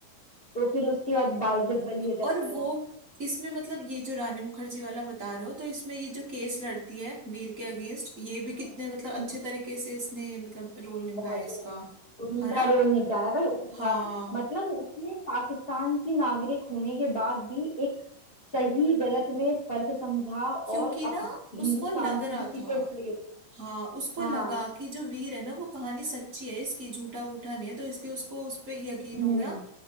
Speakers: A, on the left (about 75°); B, on the right (about 40°).
A: तो फिर उसके बाद बाइज्जत बलि हो
B: और
A: जाता है
B: वो
A: वो
B: इसमें मतलब ये जो रानी मुखर्जी वाला बता रहे हो तो इसमें ये जो केस लड़ती है वीर के अगेंस्ट ये भी कितने
A: हम्म
B: मतलब
A: हम्म,
B: अच्छे
A: हम्म,
B: तरीके से इसने मतलब रोल निभाया
A: बहुत
B: इसका
A: ही उम्दा
B: है ना
A: रोल निभाया भाई उम्दा
B: हाँ
A: मतलब उसने पाकिस्तान की नागरिक होने के बाद भी एक सही गलत में फर्क समझा
B: क्योंकि
A: और
B: ना
A: अब हिंदुस्तान
B: उसको लग रहा
A: के किसी
B: था
A: के सही
B: हाँ उसको
A: हाँ
B: लगा कि जो वीर है ना वो कहानी सच्ची है इसकी झूठा वूठा नहीं है तो इसलिए उसको उस पे यकीन
A: हम्म
B: हो गया